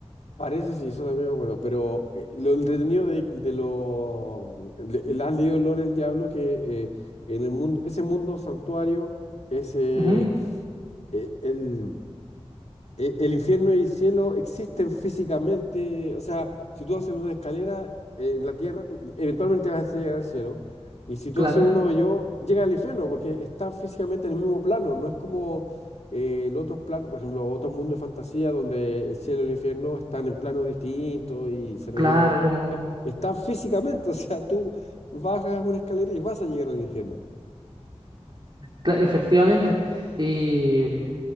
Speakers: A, on the left; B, on the right.
A: Parece, sí, eso también me acuerdo, pero eh, lo entretenido de, de lo... mm, le- el- ¿Has leído El Lore del Diablo? Que eh, en el mundo, ese mundo santuario, ese
B: Ujú,
A: eh, el, eh, el infierno y el cielo existen físicamente, o sea, si tú haces una escalera eh, en la tierra, tú eventualmente vas a llegar al cielo, y si tú
B: claro,
A: haces un hoyo, llega al infierno, porque están físicamente en el mismo plano, no es como eh, el otro plano, por ejemplo, otros mundos de fantasía donde el cielo y el infierno están en planos distintos y se requiere
B: claro, como...
A: magia, están físicamente, <laughs> o sea, tú bajas una escalera y vas a llegar al infierno.
B: cla- efectivamente. Y